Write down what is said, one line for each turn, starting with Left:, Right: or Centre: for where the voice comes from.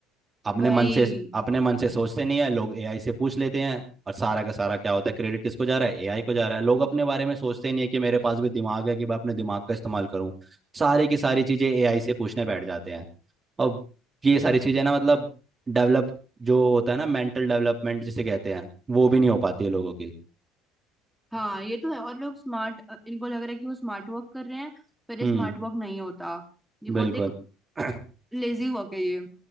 Right: अपने
Centre: भाई
Right: मन से अपने मन से सोचते नहीं है लोग एआई से पूछ लेते हैं और सारा का सारा क्या होता है क्रेडिट किसको जा रहा है एआई को जा रहा है लोग अपने बारे में सोचते नहीं है कि मेरे पास भी दिमाग है कि मैं अपने दिमाग का इस्तेमाल करूं सारी की सारी चीजें एआई से पूछने बैठ जाते हैं और ये सारी चीजें ना मतलब डेवलप जो होता है ना मेंटल डेवलपमेंट जिसे कहते हैं वो भी नहीं हो पाती है लोगों की
Centre: हाँ ये तो है और लोग स्मार्ट इनको लग रहा है कि वो स्मार्ट वर्क कर रहे हैं पर ये
Right: हम्म
Centre: स्मार्ट वर्क नहीं होता ये बहुत
Right: बिल्कुल
Centre: एक
Right: <clears throat>
Centre: लेजी वर्क है ये